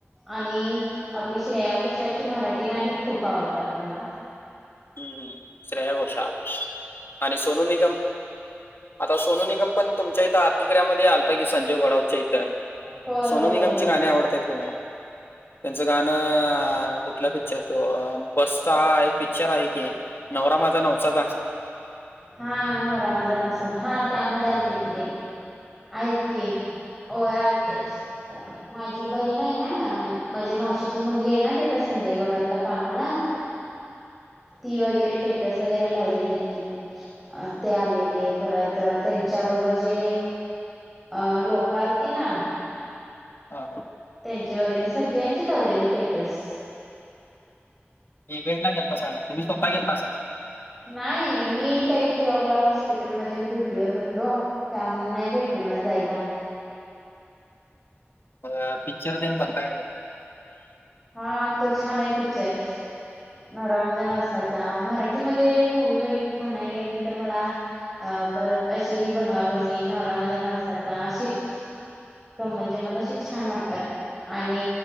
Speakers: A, in the centre; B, on the left (about 55°).
A: आणि आपली श्रेया घोषालची मराठी गाणी खूप आवडतात मला
B: हम श्रेया घोषाल आणि सोनु निगम आता सोनू निगम पण तुमच्या इथं आतीग्र्या मध्ये आलता की संजय घोडावत च्या इथं
A: होय होय
B: सोनू निगमची
A: होय होय
B: गाणी आवडत्यात का नाय त्यांचं गाणं कुठलं पिक्चर तो बसचा एक पिक्चर आहे की नवरा माझा नवसाचा
A: हा नवरा माझ नवसा हा त्यामध्ये आलते कि ते आहेत की होय आलते माझी बहीण हाय ना माझ्या मावशीची मुलगी आहे ना तिथ संजय घोडावतला कामाला ती वगैरे स्टेटस वगैरे लावलेली अ ते आलेले परत त्यांच्या बरोबर जे अ लोक आलती ना
B: हा. हा
A: त्यांचे वगैरे सगळ्यांची लावलेली स्टेटस
B: इव्हेंट ला गेलतासा का नाही तुम्ही स्वतः गेलतासा का नाही
A: नाही मी त्या वेळी जॉबला हॉस्पिटल मध्ये मी ड्युटीवर होतो त्या मूळ नाही भेटलं मला जायला
B: <unintelligible>
A: हा, तो छान हाय पिक्चर. नवरा माझा नवसाचा, मराठीमध्ये मूवी बघित म्हणाय नाही गेली तर मला अ, परत अशी ही बनवा-बनवी, नवरा माझा नवसाचा अशी. गंमत -जमंत अशी छान वाटतात, आणि